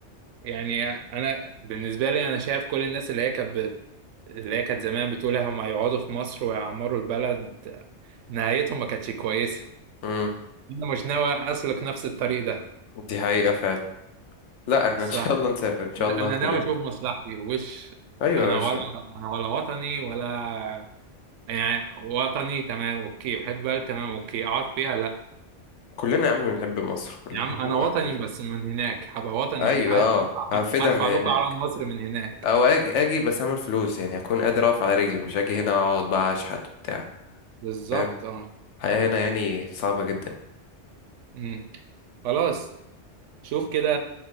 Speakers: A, on the right (about 85°); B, on the left (about 75°).
A: يعني انا بالنسبة لي انا شايف كل الناس اللي هي كانت بت- اللي هي كانت زمان بتقول هما يقعدوا في مصر ويعمروا البلد نهايتهم ما كانتش كويسة
B: امم
A: انا مش ناوي اسلك نفس الطريق ده
B: دي حقيقة فعلا لا احنا
A: الصراحه
B: ان شاء الله نسافر ان شاء الله
A: انا
B: كلنا
A: ناوي اشوف مصلحتي وش
B: ايوه
A: انا
B: يا باشا
A: ولا انا ولا وطني ولا يعني وطني تمام اوكي بحب بلد تمام اوكي اقعد فيها لا
B: كلنا يا عم بنحب مصر كلنا
A: يا عم انا
B: مين
A: وطني
B: ما بيحبش
A: بس من هناك هبقى وطني
B: ايوه
A: هرفع
B: اه هفيدها
A: هرفع
B: من هناك
A: لكم علم مصر من هناك
B: او اجي اجي بس اعمل فلوس يعني اكون قادر اقف على رجلي مش اجي هنا اقعد بقى اشحت وبتاع
A: بالظبط
B: فاهم
A: اه
B: الحياة هنا يعني صعبة جدا
A: أمم. خلاص شوف كده